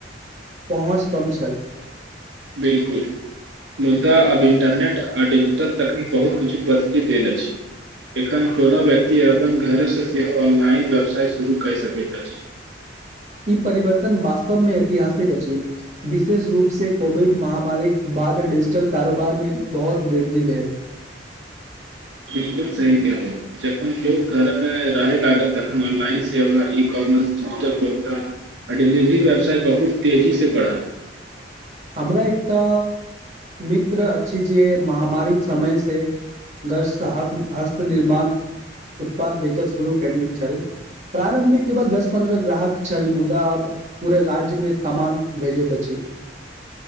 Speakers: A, on the right (about 40°); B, on the right (about 75°).
A: पहुँच कम छल
B: बिलकुल मुद्दा आब इंटरनेट आ डिजिटल तकनीक बहुत किछु बदलि देल अछि एखन कोनो व्यक्ति अपन घरसँ सेहो ऑनलाइन व्यवसाय शुरू कय सकैत अछि <inaudible>
A: ई परिवर्तन वास्तवमे ऐतिहासिक अछि विशेष रूप से कोविड महामारी इ डिजिटल कारोबार मे बहुत वृद्धि भेल
B: हंँ बिलकुल सही कह जखन लो घर मे रहे लागल तखन ऑनलाइन से ई होता आ डिलीवरी व्यवसाय बहुत तेजी से बढ़ा
A: हमरा एकटा मित्र अछि जे महामारीक समयसँ गस्त हत हस्त निर्माण उत्पाद बेचब शुरू केने छल प्रारम्भमे केवल दस पन्द्रह ग्राहक छल मुदा आब पूराे राज्यमे सामान भेजैत अछि
B: <unintelligible>